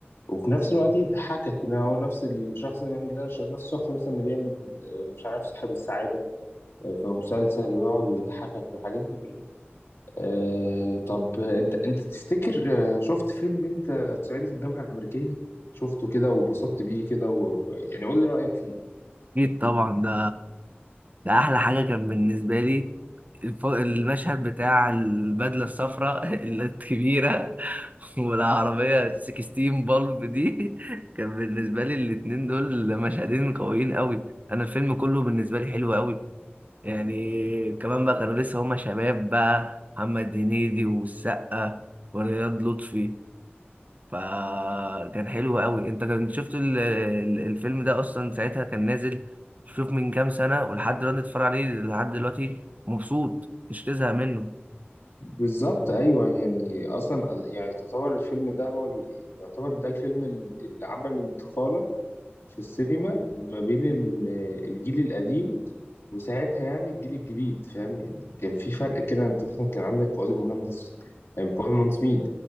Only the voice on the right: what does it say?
اكيد طبعا ده ده احلى حاجه كان بالنسبه لي الف... المشهد بتاع البدله الصفراء <laughs> الكبيره والعربيه 16 بالب دي <laughs> كان بالنسبه لي الاتنين دول مشهدين قويين قوي انا الفيلم كله بالنسبه لي حلو قوي يعني كمان بقى كانوا لسه هما شباب بقى محمد هنيدي والسقا ورياض لطفي فكان حلو قوي انت كنت شفت ال- ال- الفيلم ده اصلا ساعتها كان نازل شوف من كام سنة ولحد دلوقتي اتفرج عليه لحد دلوقتي مبسوط مش تزهق منه